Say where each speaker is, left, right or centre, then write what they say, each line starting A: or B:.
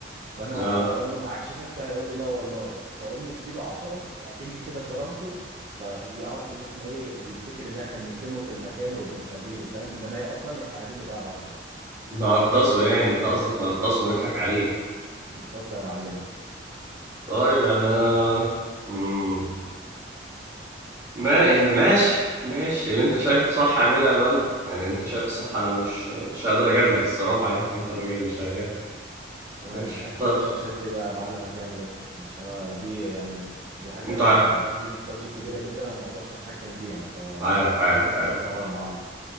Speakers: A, on the right; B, on the right.
A: فانا
B: اه
A: هقول له معاكش فكه هيقول لي لا والله فاقوم مديله 10 اكني كده كرمته فيعرف ان احنا ايه بيفتكر ان احنا بنكرمه في المكان وبنخليه له فاهم انما هي اصلا احنا عايزين نبيع ب 10
B: نقرطصه يعني انت قصدك نقرطصه ونضحك عليه
A: بالظبط يا معلمي
B: طيب يعني انا مم. ما يعني ماشي ماشي اللي انت شايفه صح اعمله يا بلد يعني انت شايفه صح انا مش مش هقدر اجادلك الصراحه يعني انت الراجل اللي شغال
A: تمام
B: ماشي
A: في حته
B: طب
A: الشاشات دي بقى يا معلم هتعمل ايه عشان أنا دي يعني دي حاجه
B: انتوا عارف
A: بادجت بادجت كبيره جدا انا ما اقدرش اتحكم فيها فدي
B: عارف عارف
A: انت
B: عارف
A: اللي قرر يا معلم